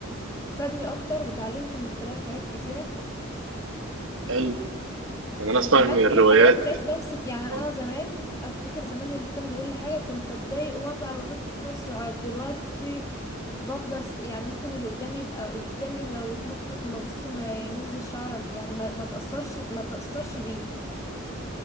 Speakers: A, on the left; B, on the right.
A: فادني اكتر وتعلمت من خلاله حاجات كتيره
B: حلو يعني انا
A: وكمان
B: اسمع ان الروايات
A: في حاجات بقيت بمسك يعني انا
B: اه
A: زمان افتكر زمان اللي كان بيقول لي حاجه كنت اتضايق وازعل واحط في نفسي وعاد دلوقتي بفضل س- يعني ممكن اللي قدامي يبقى قدامي لو اتنطط ما بص ما يهز الشعر يعني ما ما تاثرش ما تاثرش بيه